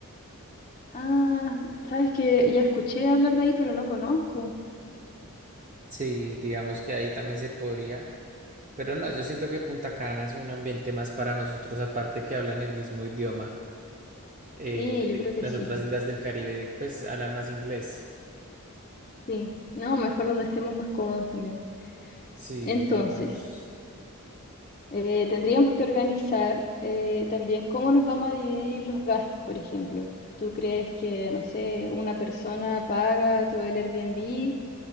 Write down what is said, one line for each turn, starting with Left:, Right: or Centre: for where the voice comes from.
Left: Ah, sabes que ya escuché hablar de ahí, pero no conozco.
Right: sí, digamos que ahí también se podría. Pero no, yo siento que Punta Cana es un ambiente más para nosotros, aparte que hablan el mismo idioma. Eh,
Left: Sí, yo
Right: de-
Left: creo que
Right: las
Left: sí.
Right: otras islas del Caribe, pues, hablan más inglés.
Left: Sí, no, mejor donde estemos más cómodos también.
Right: Sí,
Left: Entonces,
Right: digamos.
Left: eh, tendríamos que organizar eh, también cómo nos vamos a dividir los gastos, por ejemplo. ¿Tú crees que, no sé, una persona paga todo el Airbnb